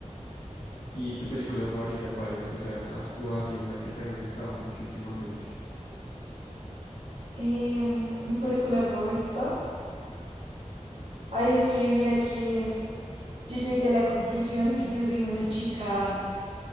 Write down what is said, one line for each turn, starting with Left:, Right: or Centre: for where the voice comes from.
Left: ¿Y tu película favorita cuál es? O sea, has- o así una que te haya gustado mucho últimamente.
Right: eh mi película favorita. Ay, es que mira que yo llegué a la conclusión que yo soy muy chica